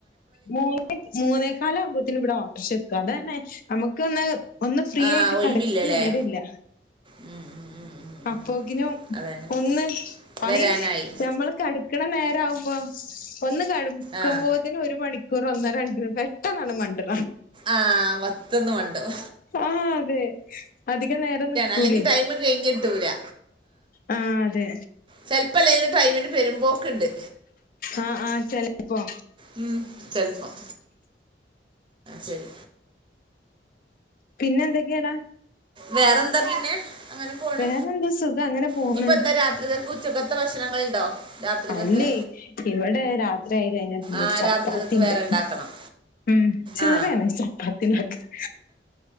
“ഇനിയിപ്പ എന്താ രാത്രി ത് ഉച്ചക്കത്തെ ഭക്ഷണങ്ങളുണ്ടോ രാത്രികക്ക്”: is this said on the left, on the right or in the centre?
Right